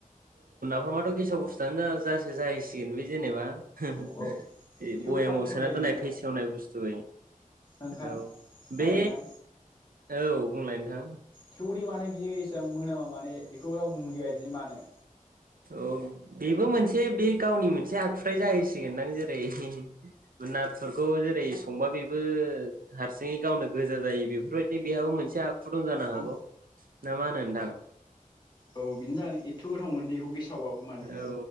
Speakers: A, on the right (about 85°); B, on the left (about 30°).
A: माबाथ' गेसाव बुस्थुआनो जा-जासो जाहैसिगोन बे जेनेबा <unintelligible>
B: औ औ थेवबो
A: बयामाव
B: मानो गोथाव
A: सोना
B: जायो
A: दोननाय
B: बेयो नोंथां
A: फेसेवनाय बुस्थुयै
B: नोंथां
A: औ
B: खोनादों
A: बे
B: नोंथां
A: औ बुंलाय नोंथां
B: थिउबोदि माने बियो एसेबां मोनामा माने एखौ रावबो मुगैयादि मानो
A: ओम बेबो मोनसे बे गावनि मोनसे आखुथाइ जाहैसिगोनदां जेरै <unintelligible> नाथुरखौ जेरै संबा बेबो हारसिङै गावनो गोजा जायो बेफोरबायदिनो बेहाबो मोनसे आखु खु दं जानो
B: औ
A: हागौ ना मा होनो नोंथां
B: औ बिदिनो जागोन इद थ' गोथाव मोनो दे एखौ गेसावबाबो माने
A: औ